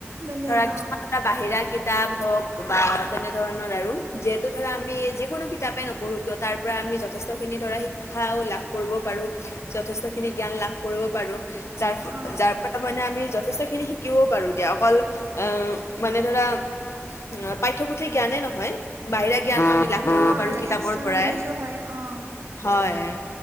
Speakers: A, on the right; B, on the left.
A: বেলেগ
B: ধৰা কিছুমান
A: অঁ
B: এ বাহিৰা কিতাপ হওঁক বা তেনে ধৰণৰ আৰু। যিহেতু ধৰা আমি যিকোনো কিতাপে নপঢ়ো কিয় তাৰ পৰা আমি যথেষ্টখিনি ধৰা শিক্ষাও লাভ- কৰিব পাৰোঁ, যথেষ্ট খিনি জ্ঞান লাভ কৰিব পাৰোঁ যাৰ
A: অঁ
B: যাৰ মানে আমি যথেষ্ট খিনি শিকিব পাৰোঁ দিয়া অকল আহ মানে ধৰা অঁ পাঠ্যপুথি জ্ঞানে নহয় বাহিৰা জ্ঞান আমি লাভ কৰিব
A: অঁ
B: পাৰোঁ কিতাপৰ
A: এক্সট্ৰা
B: পৰাই
A: নলেজো হয় অঁ
B: হয়।